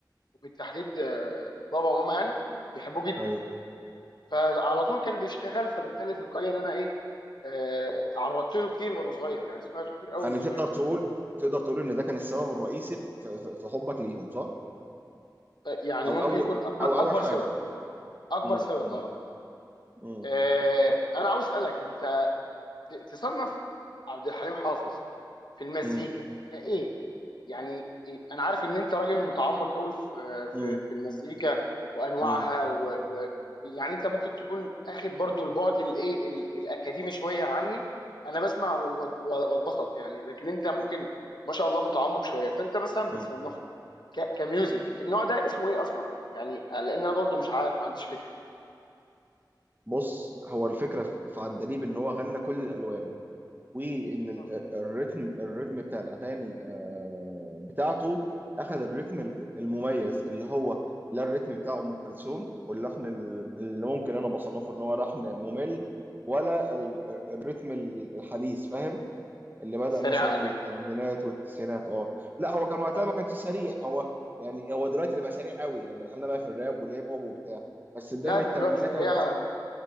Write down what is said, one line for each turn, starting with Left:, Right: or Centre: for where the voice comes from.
Left: وبالتحديد آه، بابا وماما يعني بيحبوه جدا
Right: ايوه
Left: فعلى طول كان بيشتغل فبالتالي تلقائيا ان انا ايه آه، اتعرضت له كتير وانا صغير يعني سمعته كتير قوي
Right: يعني
Left: وانا صغير
Right: تقدر تقول تقدر تقول ان ده كان السبب الرئيسي في في- في حبك ليهم صح؟
Left: ف- يعني
Right: او
Left: ممكن
Right: اول
Left: يكون اكبر
Right: او اول
Left: اكبر
Right: حاجه
Left: سبب اكبر
Right: مم،
Left: سبب
Right: مم،
Left: اه
Right: مم،
Left: آه، انا عاوز اسالك انت ت- تصنف عبد الحليم حافظ في المزيكا
Right: مم،
Left: كايه يعني إيه؟ انا عارف ان انت راجل متعمق قوي في
Right: مم،
Left: في في المزيكا وانواعها
Right: مم،
Left: و, و يعني انت ممكن تكون اخد برضو البعد الايه ال- الاكاديمي شويه عني انا بسمع و- و- واتبسط يعني لكن انت ممكن
Right: مم.
Left: ما شاء الله متعمق شويه فانت مثلا بتصنفه
Right: مم.
Left: ك- كميوزك النوع ده اسمه ايه اصلا يعني لان انا برضو مش عارف ما عنديش فكره
Right: بص هو الفكره في في عندليب ان هو غنى كل الالوان وان ال-
Left: مم.
Right: الريتم الريتم بتاع الاغاني آه، بتاعته اخذ الريتم ال- المميز اللي هو لا الريتم بتاع ام كلثوم واللحن ال- اللي ممكن انا بصنفه ان هو لحن ممل ولا ال- الريتم الحديث فاهم اللي بدأ
Left: بس سريعه
Right: مثلا
Left: قوي
Right: من الثمانينات والتسعينات اه لا هو كان وقتها
Left: اه
Right: ما كانش سريع هو يعني هو دلوقتي اللي بقى سريع قوي لما دخلنا بقى في الراب والهيب هوب وبتاع بس بداية
Left: لا
Right: من
Left: ده
Right: الثمانينات
Left: دلوقتي سريعه
Right: او